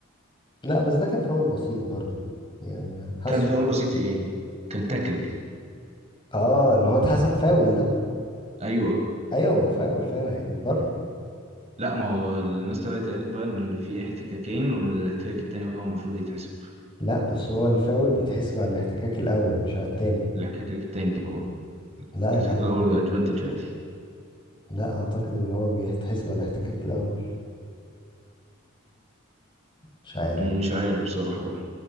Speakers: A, on the left (about 25°); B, on the right (about 30°).
A: لا بس ده كان فاول بسيط برضو يعني حاسه
B: كان فاول بسيط ايه كان تاكل
A: اه اللي هو اتحسب فاول ده
B: ايوه
A: ايوه ما هو فاول فعلا هي من بره
B: لا ما هو الناس طلعت قالت بقى ان في احتكاكين والاحتكاك التاني هو المفروض يتحسب
A: لا بس هو الفاول بيتحسب على الاحتكاك الاول مش على التاني
B: الاحتكاك التاني طبعا
A: لا
B: الاحتكاك
A: لا
B: الاول بقى ادفانتج عادي
A: لا اعتقد ان هو بيتحسب على الاحتكاك الاول مش عارف
B: مش عارف بصراحه بقى